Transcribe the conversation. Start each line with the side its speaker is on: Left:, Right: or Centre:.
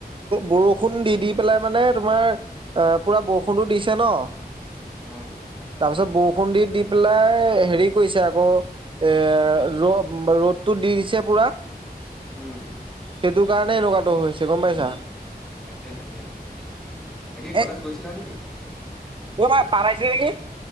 Right: বৰষুণ দি দি পেলাই মানে তোমাৰ পুৰা বৰষুণটো দিছে ন
Centre: আহ
Right: তাৰপিছত বৰষু দি দি পেলাই হেৰি কৰিছে আকৌ এ ৰদটো দি দিছে পুৰা।
Centre: উম।
Right: সেইটো কাৰণে এনেকুৱাটো হৈছে গম পাইছা
Centre: তাকে তাকে তাকেহে বাকী
Right: এ
Centre: কলেজ গৈছিলা নেকি
Right: অ' মাই পাৰাইছিল নেকি